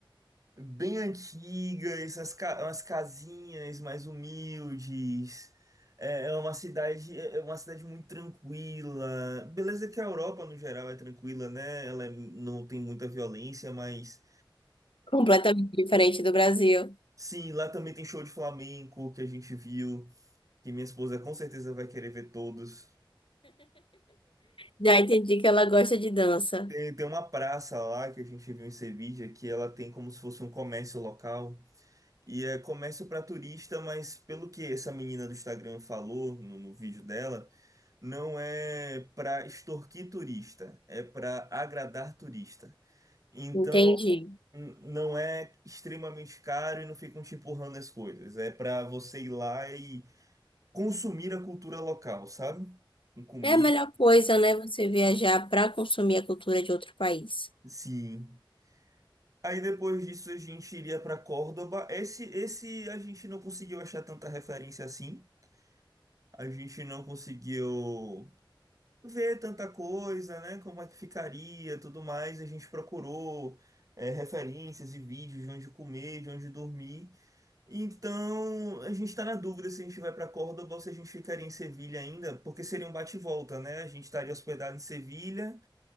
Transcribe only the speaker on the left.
Completamente diferente do Brasil.
Já entendi que ela gosta de dança.
Entendi.
É a melhor coisa, né? Você viajar para consumir a cultura de outro país.